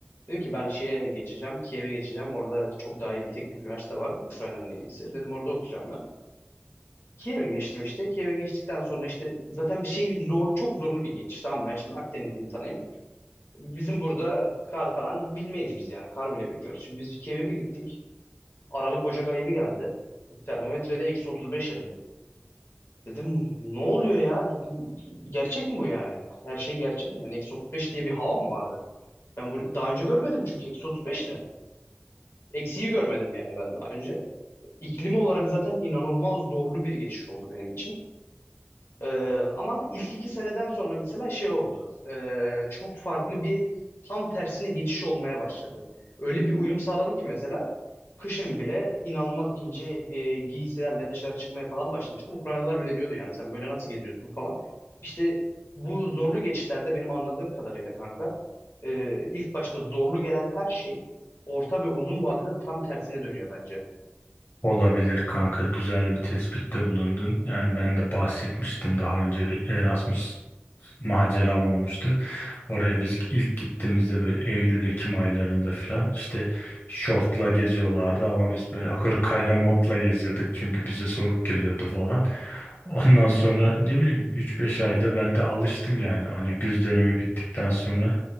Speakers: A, on the left; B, on the left.
A: Dedim ki ben şeye geçeceğim, Kiev'e geçeceğim. Orada çok daha iyi bir teknik üniversite var. Ukrayna'nın en iyisi. Dedim orada okuyacağım ben. Kiev'e geçtim işte. Kiev'e geçtikten sonra işte zaten bir şey zor, çok zorlu bir geçiş. Tamam mı? ben şimdi Akdeniz insanıyım. Bizim burada kar falan bilmeyiz biz yani. Kar bile bilmiyoruz. Şimdi biz Kiev'e bir gittik. Aralık Ocak ayı bir geldi. Termometrede eksi 35 yazıyor. Dedim ne oluyor ya? Dedim gerçek mi bu yani? Her şey gerçek mi? Yani eksi 35 diye bir hava mı vardı? Ben bu daha önce görmedim çünkü eksi 35 ne? Eksiyi görmedim yani ben daha önce. İklim olarak zaten inanılmaz zorlu bir geçiş oldu benim için. Ee, ama ilk iki seneden sonra mesela şey oldu. Ee, çok farklı bir tam tersine geçiş olmaya başladı. Öyle bir uyum sağladım ki mesela kışın bile inanılmaz ince e, giysilerle dışarı çıkmaya falan başlamıştım. Ukraynalılar bile diyordu yani sen böyle nasıl geziyorsun falan. İşte bu zorlu geçişlerde benim anladığım kadarıyla kanka e, ilk başta zorlu gelen her şey orta ve uzun vadede tam tersine dönüyor bence.
B: Olabilir kanka güzel bir tespitte bulundun. Yani ben de bahsetmiştim daha önce bir Erasmus maceram olmuştu. Oraya biz ilk gittiğimizde böyle Eylül-Ekim aylarında filan işte şortla geziyorlardı ama biz böyle hırkayla montla geziyorduk çünkü bize soğuk geliyordu falan. Ondan sonra ne bileyim 3-5 ayda ben de alıştım yani hani güz dönemi bittikten sonra